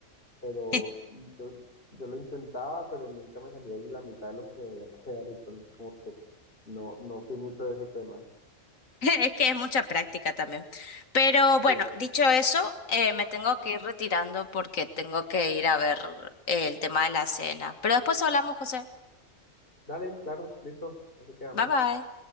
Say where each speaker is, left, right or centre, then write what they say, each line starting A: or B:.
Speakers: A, on the left (about 45°); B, on the left (about 85°).
A: pero
B: <laughs>
A: yo, yo lo intentaba, pero nunca me salía ni la mitad de lo que debía quedar, entonces como que no, no fui mucho de ese tema.
B: Es que es mucha práctica también. Pero bueno,
A: Sí,
B: dicho eso, eh, me tengo que ir retirando porque tengo que ir a ver el tema de la cena. Pero después hablamos, José.
A: dale, claro, listo, así quedamos.
B: Bye bye.